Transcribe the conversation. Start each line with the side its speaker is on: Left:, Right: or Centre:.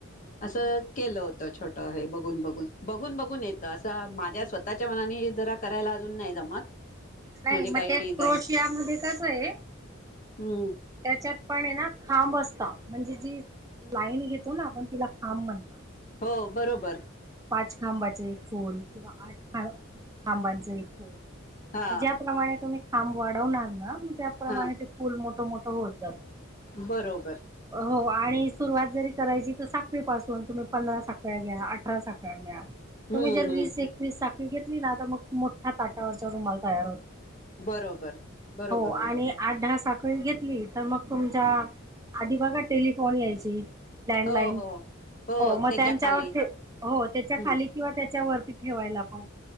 Left: असं
Right: हो
Left: केलं होत छोटं हे बघ घून -बघून बघून -बघून येत असं माझ्या स्वतःच्या मनाने जरा करायला अजून नाही जमत.
Right: नाही
Left: म्हणजे काही
Right: मग तेच
Left: डिझाईन
Right: क्रोशिया मध्ये कस आहे.
Left: हम्म
Right: त्याच्यात पण हे ना खांब असत. म्हणजे जी लाईन घेतो ना आपण तिला खांब म्हणतात.
Left: हो बरोबर.
Right: पाच खांबाच एक फूल किंवा आठ खा खांबांच एक फूल.
Left: हा
Right: ज्याप्रमाणे तुम्ही खांब वाढवणार ना मग त्या प्रमाणे
Left: हा
Right: ते फुल मोठं मोठं होत जात.
Left: बरोबर
Right: हो आणि सुरुवात जरी करायची तर साखळीपासून तुम्ही पंधरा साखळ्या घ्या अठरा साख ळया घ्या
Left: हम्म
Right: तुम्ही जर
Left: हम्म
Right: वीस एकवीस साखळी घेतली ना तर मग मोठा ताटावरचा रुमाल तयार होतो.
Left: बरोबर बरोबर
Right: हो
Left: बरोबर
Right: आणि आठ दहा साख कळी घेतली. तर मग तुमच्या आधी बघा टेलिफोन यायची लँडलाईन
Left: हो हो
Right: हो मग
Left: त्याच्या
Right: त्यांच्यावरती
Left: खाली
Right: हो त्याच्या
Left: हम्म
Right: खाली किंवा त्याच्या वरती ठेवायला पण